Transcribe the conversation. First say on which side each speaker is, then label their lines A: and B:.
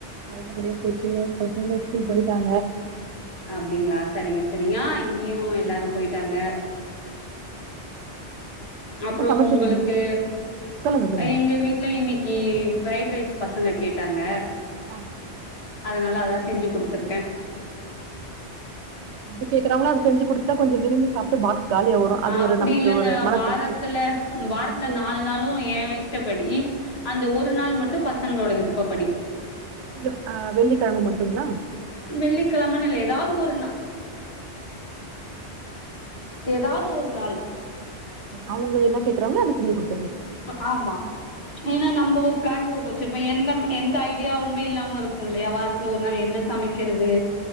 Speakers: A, on the right; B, on the left.
A: நல்லப்படியா போச்சுங்க பசங்களு ஸ்கூல் பொய்ட்டாங்க
B: அப்டிங்ளா சரிங்க சரிங்க ஆ இங்கியு எல்லாரு போய்ட்டாங்க அப்பறொ
A: என்ன சமைச்சீங்க
B: உங்களுக்கு
A: இன்னைக்கு சொல்லுங்க சொல்லுங்க
B: எங்க வீட்ல இன்னக்கி ஃப்ரைட் ரைஸ் பசங்க கேட்டாங்க
A: அ
B: அதுனால அதா செஞ்சு குடுத்துர்க்க
A: எது கேக்குறாங்க‌ளோ அத செஞ்சு குடுத்தா கொஞ்சொ விரும்பி சாப்ட்டு பாக்ஸ் காலியா வரும் அது
B: அப்டி
A: ஒரு நமக்கு
B: இல்லங்க
A: ஒரு மன
B: வாரத்துல
A: திருப்தி
B: வாரத்துல
A: ம்.
B: நால் நாளு ஏ இஷ்டப்படி அந்த ஒரு நாள் மட்டு பசங்களோட விருப்பப்படி
A: இது ஆ வெள்ளிக்கிழம மட்டுங்களா
B: வெள்ளிக்கிழமனு இல்ல‌ எதாவது ஒரு நா எதாவது ஒரு நாள்
A: அவுங்க என்ன கேக்குறாங்ளோ அது செஞ்சு குடு
B: ஆமா ஏனா நம்ம ஒரு பிளான் போட்டு வெச்சிருப்பேன் என் தம்பி எந்த ஐடியாவுமே இல்லாம இருக்குல்லயா வாரத்துல ஒரு நாள் என்ன சமைக்கிறது